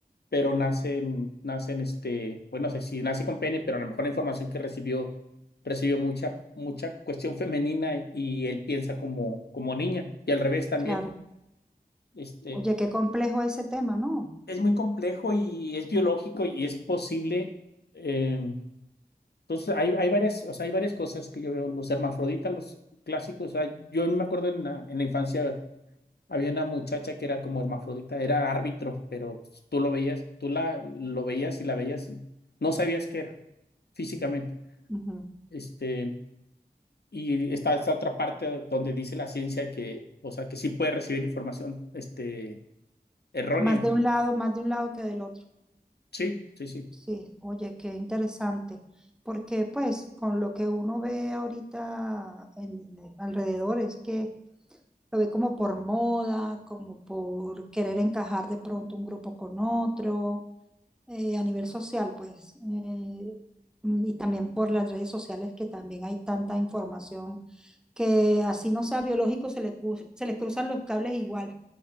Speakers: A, on the left; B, in the centre.
A: pero nacen, nacen este, bueno, no sé si nace con pene, pero a lo mejor la información que recibió, recibió mucha, mucha cuestión femenina y y él piensa como, como niña y al revés también.
B: Claro.
A: Este,
B: Oye, qué complejo ese tema, ¿no?
A: es muy complejo y es biológico y es posible. eh, entonces, hay, hay varias, o sea, hay varias cosas que yo veo, los hermafroditas, los clásicos, o sea, yo me acuerdo en la, en la infancia Había una muchacha que era como hermafrodita, era árbitro, pero tú lo veías, tú la lo veías y la veías y no sabías qué era físicamente.
B: Ujú.
A: Este, y está esta otra parte donde dice la ciencia que, o sea, que sí puede recibir información, este, errónea.
B: Más de un lado, más de un lado que del otro.
A: Sí, sí, sí.
B: Sí, oye, qué interesante. Porque pues con lo que uno ve ahorita en, en alrededor es que lo ve como por moda, como por querer encajar de pronto un grupo con otro, eh, a nivel social, pues. eh, mm, y también por las redes sociales que también hay tanta información que así no sea biológico, se, le cru- se les cruzan los cables igual,